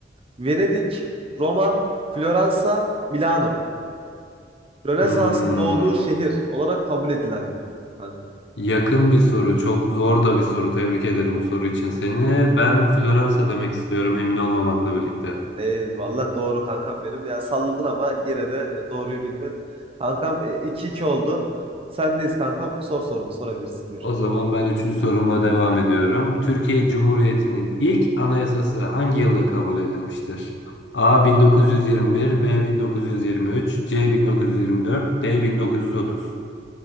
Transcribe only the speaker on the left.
Hmm,
yakın bir soru, çok zor da bir soru. Tebrik ederim bu soru için seni. Ben Floransa demek istiyorum, emin olmamakla birlikte.
O zaman ben üçüncü sorumla devam ediyorum. Türkiye Cumhuriyeti'nin ilk anayasası hangi yılda kabul edilmiştir? A 1921, B 1923, C 1924, D 1930.